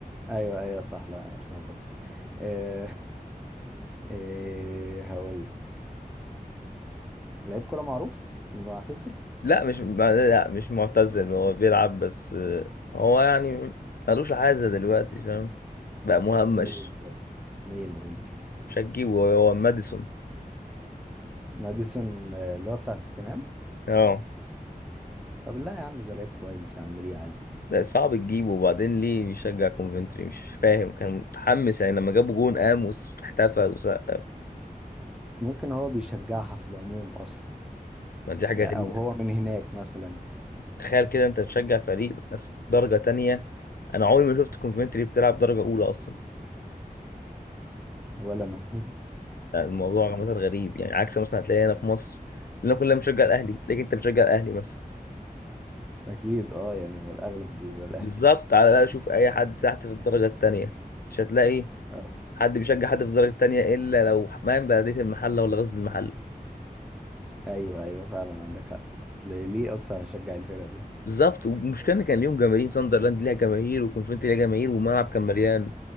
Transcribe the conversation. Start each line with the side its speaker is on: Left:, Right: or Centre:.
Centre: ايوه ايوه صح لا أنا اتلخبطت آه آه هقول لك لعيب كرة معروف معتزل
Left: لا مش ما- لا مش معتزل هو بيلعب بس آه، هو يعني ملوش عازة دلوقتي فاهم بقى مهمش
Centre: مين طيب؟ مين قول لي
Left: مش هتجيبه هو ماديسون
Centre: ماديسون آه، اللي هو بتاع توتنهام
Left: اه
Centre: طب لا يا عم ده لعيب كويس يا عم ليه عزم
Left: لا صعب تجيبه وبعدين ليه بيشجع كونفنتري مش فاهم كان متحمس يعني لما جابوا جون قام واحتفل وسقف
Centre: ممكن هو بيشجعها في العموم اصلا
Left: ما دي حاجة
Centre: يعني
Left: غريبة
Centre: او هو من هناك مثلا
Left: تخيل كده انت تشجع فريق أس- درجة تانية انا عمري ما شفت كونفنتري بتلعب درجة اولى اصلا
Centre: ولا انا <laughs>
Left: يعني الموضوع عامة غريب يعني عكس مثلا هتلاقي هنا في مصر لنا كلنا بنشجع الاهلي تلاقيك انت بتشجع الاهلي مثلا
Centre: اكيد اه يعني هو الاغلب بيبقى الاهلي
Left: بالظبط على الاقل شوف اي حد تحت في الدرجة التانية مش هتلاقي
Centre: آه.
Left: حد بيشجع حد في الدرجة التانية الا لو حمام بلدية المحلة ولا غزل المحلة
Centre: ايوه ايوه فعلا عندك حق اصل ليه اصلا هشجع الفرقه دي
Left: بالظبط والمشكله ان كان ليهم جماهير ساندرلاند ليها جماهير وكونفنتي ليها جماهير والملعب كان مليان